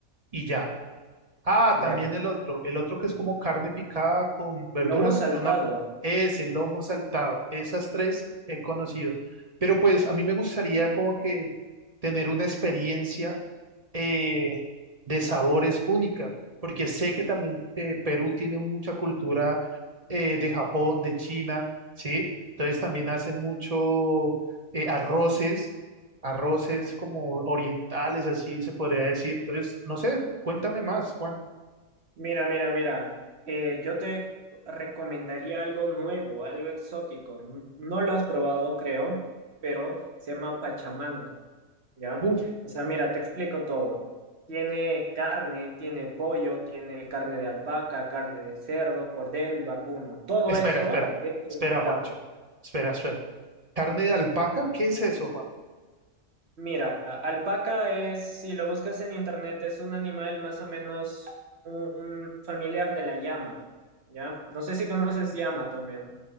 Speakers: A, on the right (about 30°); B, on the right (about 50°).
A: y ya. Ah,
B: Ya,
A: también el otro, el otro que es como carne picada con verduras,
B: lomo saltado.
A: pero no, es el lomo saltado, esas tres he conocido. Pero pues a mí me gustaría como que tener una experiencia eh, de sabores única, porque sé que también eh, Perú tiene mucha cultura eh, de Japón, de China, ¿sí? Entonces también hacen mucho eh, arroces, arroces
B: Mm.
A: como orientales, así se podría decir. Entonces, no sé, cuéntame más, Juan.
B: Mira, mira, mira, eh, yo te recomendaría algo nuevo, algo exótico. N- No lo has probado, creo, pero se llama pachamanca, ¿ya?
A: Uf,
B: O sea, mira, te explico todo. Tiene carne, tiene pollo, tiene carne de alpaca, carne de cerdo, cordero y vacuno. Todo
A: espera,
B: eso
A: espera,
B: dentro
A: espera,
B: de un plato.
A: Juancho. Espera, espera. ¿Carne de alpaca? ¿Qué es eso, Juan?
B: Mira, a- alpaca es, si lo buscas en internet, es un animal más o menos un familiar de la llama, ¿ya? No sé si conoces llama también.